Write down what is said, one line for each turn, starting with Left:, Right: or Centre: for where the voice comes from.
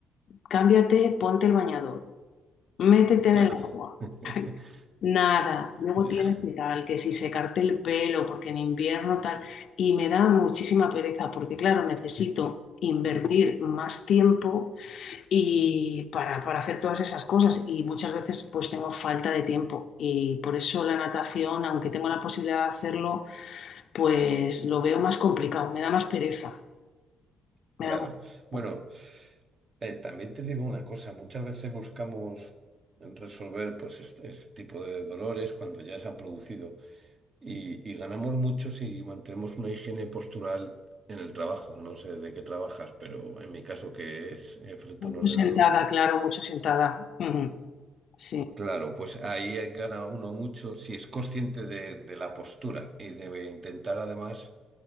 Left: Cámbiate, ponte el bañador, métete en
Right: Ya,
Left: el agua,
Right: <laughs>
Left: nada, luego
Right: ya,
Left: tienes que tal, que si secarte el pelo, porque en invierno tal, y me da muchísima pereza, porque claro, necesito invertir más tiempo y para, para hacer todas esas cosas y muchas veces pues tengo falta de tiempo y por eso la natación, aunque tengo la posibilidad de hacerlo, pues lo veo más complicado, me da más pereza,
Right: claro.
Left: me da más
Right: Bueno,
Left: pereza.
Right: eh, también te digo una cosa, muchas veces buscamos resolver pues este, este tipo de dolores cuando ya se han producido y, y ganamos mucho si mantenemos una higiene postural en el trabajo. No sé de qué trabajas, pero en mi caso que es eh, frente
Left: Mucho
Right: a un ordenador.
Left: sentada, claro, mucho sentada. Ujú, Sí.
Right: Claro, pues ahí gana uno mucho si es consciente de, de la postura y debe intentar además